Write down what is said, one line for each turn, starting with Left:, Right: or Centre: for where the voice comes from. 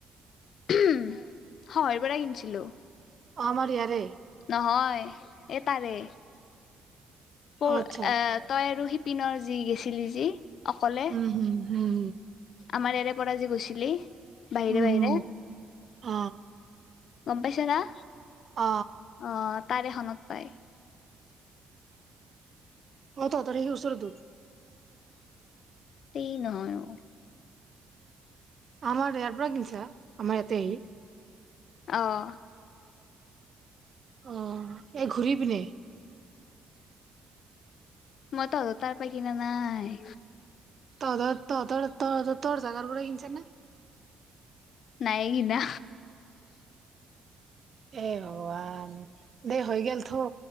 Left: উমহ হয়ৰ পৰা কিনিছিলো
Right: অমাৰ ইয়াৰে
Left: নহয় এ তাৰে পোৰ
Right: অ আচ্ছা
Left: এ তই আৰু সি পিনৰ যি গেছিলি যি অকলে
Right: উম হম হম
Left: আমাৰ এৰে পৰা যে গৈছিলি বাহিৰে
Right: হম হম
Left: বাহিৰে
Right: হম অ
Left: গম পাইছা না
Right: অ
Left: অ তাৰে এখনত পায়
Right: অ তাৰ সি ওচৰত
Left: হেই নহয় অ
Right: আমাৰ ইয়াৰ পৰা কিনছা আমাৰ ইয়াতে
Left: আহ
Right: অ এ ঘূৰি পিনে
Left: মই তহতৰ পৰা কিনা নাই
Right: তহ তহ তহত তহ তোৰ দাদ পৰা কিনিছে না
Left: নাই কিনা
Right: এ ভগৱান দেই হৈ গল থ